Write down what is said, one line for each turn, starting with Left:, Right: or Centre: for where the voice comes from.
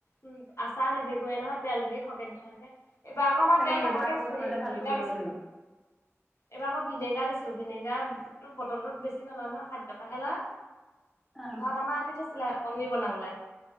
Left: উ আচাৰ নেভেকুয়ে নহয় তেল যদি সৰকে দি থোৱা থাকে। এইবাৰ আকৌ মই
Centre: তাকে
Left: তেল তাককে
Centre: এইবাৰ আকৌ
Left: দিছো
Centre: বনালে
Left: সেই ভিনেগাৰ
Centre: ভালকে বনাব
Left: দিছো
Centre: লাগিব।
Left: এইবাৰ মই ভিনেগাৰ দিছো ভিনেগাৰ। া তো বটল টোত বেছি নলয় নহয় সাত টকাহে লয়
Centre: অ'।
Left: ঘৰত আমাৰ আনি থৈছিলে। পনিৰ বনাবলৈ